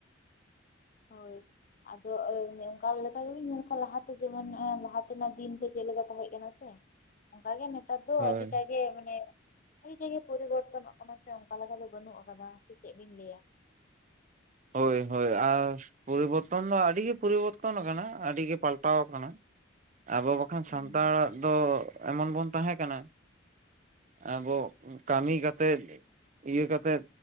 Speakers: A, on the left; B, on the right.
A: ᱦᱳᱭ ᱟᱫᱚ ᱚᱱᱠᱟ ᱞᱮᱠᱟ ᱜᱮᱵᱤᱱ ᱧᱮᱞ ᱠᱚᱣᱟ ᱞᱟᱦᱟᱛᱮ ᱡᱮᱢᱚᱱ ᱞᱟᱦᱟᱛᱮᱱᱟᱜ ᱫᱤᱱ ᱠᱚ ᱪᱮᱱᱞᱮᱠᱟ ᱛᱟᱦᱮᱸᱜ ᱠᱟᱱᱟ ᱥᱮ ᱚᱱᱠᱟ ᱜᱮ ᱱᱮᱛᱟᱨ ᱫᱚ
B: ᱦᱳᱭ
A: ᱟᱹᱰᱤᱴᱟᱜ ᱜᱮ ᱢᱟᱱᱮ ᱟᱹᱰᱤᱴᱟᱜᱮ ᱯᱚᱨᱤᱵᱚᱨᱛᱚᱱᱚᱜ ᱠᱟᱱᱟ ᱥᱮ ᱚᱱᱠᱟ ᱞᱮᱠᱟ ᱫᱚ ᱵᱟᱹᱱᱩᱜ ᱟᱠᱟᱫᱟ, ᱥᱮ ᱪᱮᱜ ᱵᱤᱱ ᱞᱟᱹᱭᱟ?
B: ᱦᱳᱭ ᱦᱳᱭ, ᱟᱨ ᱯᱚᱨᱤᱵᱚᱨᱛᱚᱱ ᱫᱚ ᱟᱰᱤ ᱜᱮ ᱯᱚᱨᱤᱵᱚᱨᱛᱚᱱ ᱟᱠᱟᱱᱟ ᱟᱰᱤ ᱜᱮ ᱯᱟᱞᱴᱟᱣ ᱠᱟᱱᱟ᱾ ᱟᱵᱚ ᱵᱟᱠᱷᱟᱱ
A: ᱦᱩᱸ
B: ᱥᱟᱱᱛᱟᱲᱟᱜ ᱫᱚ ᱮᱢᱚᱱ ᱵᱚᱱ ᱛᱟᱦᱮᱸ ᱠᱟᱱᱟ ᱟᱵᱚ ᱠᱟᱢᱤ ᱠᱟᱛᱮᱫ ᱤᱭᱟᱹ ᱠᱟᱛᱮᱫ